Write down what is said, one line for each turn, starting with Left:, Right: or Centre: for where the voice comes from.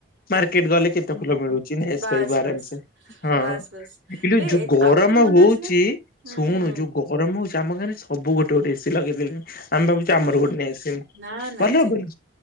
Left: ମାର୍କେଟ ଗଲେ କେତେ ଫୁଲ ମିଳୁଛି। ନେଇଆସିପାରିବୁ
Right: ବାସ୍
Left: ଆରାମସେ।
Right: ବାସ୍
Left: ହଁ।
Right: ବାସ୍ ବାସ୍
Left: ଇଲୋ
Right: ବେ
Left: ଯୋଉ ଗରମ
Right: ଆଉ ଥରେ ମନେ
Left: ହଉଛି।
Right: ଅଛି ନା ହୁଁ
Left: ଶୁଣୁ
Right: ହୁଁ
Left: ଯୋଉ ଗରମ ହଉଛି ଆମ ଗାଁରେ ସବୁ ଗୋଟେ ଗୋଟେ ଏସି ଲଗେଇଦଲେଣି। ଆମ ଭାବୁ ଆମର
Right: ଭଲ
Left: ଗୋଟେ ନେଇ ଆସିବୁ
Right: ନା ନା
Left: ଭଲ
Right: ଯେତେ
Left: ହବନି